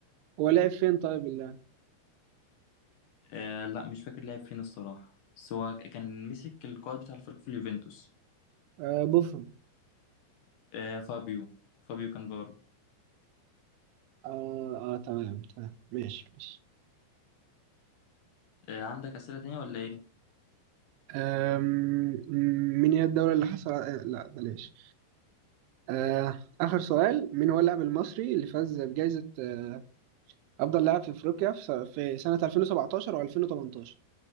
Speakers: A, on the right; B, on the left.
A: هو لاعب فين طيب اللاعب؟
B: آه لا مش فاكر لعب فين الصراحة بس هو كان مسك القائد بتاع الفريق في اليوفنتوس
A: آه بوفون
B: آه فابيو فابيو كانفارو
A: آه... آه تمام تمام ماشي ماشي
B: آه عندك أسئلة تانية ولا ايه
A: أم، من هي الدولة اللي حصل آه، لا بلاش أه، آخر سؤال مين هو اللاعب المصري اللي فاز بجائزة أه، أفضل لاعب في أفريقيا في س- في سنة 2017 و2018